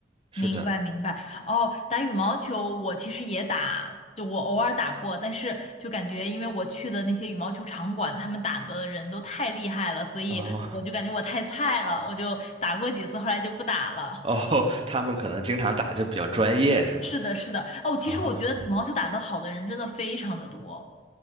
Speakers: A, on the left; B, on the right.
A: 明白明白哦，
B: 是的，
A: 打羽毛球我其实也打，就我偶尔打过，但是就感觉因为我去的那些羽毛球场馆，他们打的人都太厉害了，所以我就感觉我太菜了，
B: 哦 <laughs>
A: 我就打过几次，后来就不打了。
B: 哦，他们可能经常打就比较专业，是吧？
A: 是的，是的，哦，
B: 啊、
A: 其实我觉得羽毛球打得好的人真的非常的多，